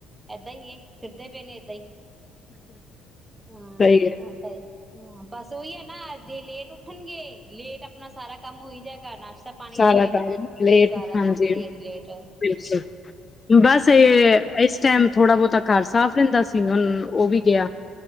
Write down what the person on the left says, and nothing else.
ਸਹੀ ਹੈ
ਸਾਰਾ
ਟਾਈਮ ਲੇਟ
ਹਾਂਜੀ
ਬਿਲਕੁਲ ਬਸ ਇਹ ਇਸ ਟਾਈਮ ਥੋੜਾ ਬਹੁਤਾ ਘਰ ਸਾਫ਼ ਰਹਿੰਦਾ ਸੀ। ਹੁਣ ਉਹ ਵੀ ਗਿਆ